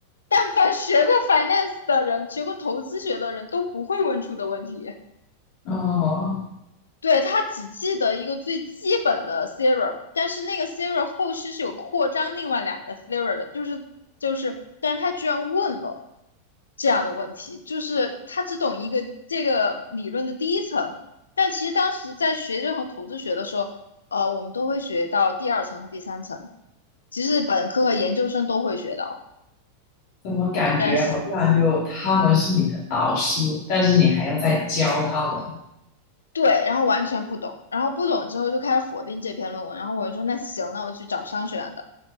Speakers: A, on the left; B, on the left.
A: 但凡学过 finance 的人、学过投资学的人都不会问出的问题。
B: 哦，
A: 对，他只记得一个最基本的 theorem，但是那个 theorem 后续是有扩张另外两个 theorem 的，就是就是，但是他居然问了这样的问题，就是他只懂一个这个理论的第一层，但其实当时在学任何统计学的时候，呃，我们都会学到第二层和第三层，其实本科和研究生都会学到，
B: 怎么感觉好像就他们是你的导师，
A: 但是。
B: 但是你还要再教他们，
A: 对，然后完全不懂，然后不懂之后就开始否定这篇论文，然后我就说那行，那我去找商学院的，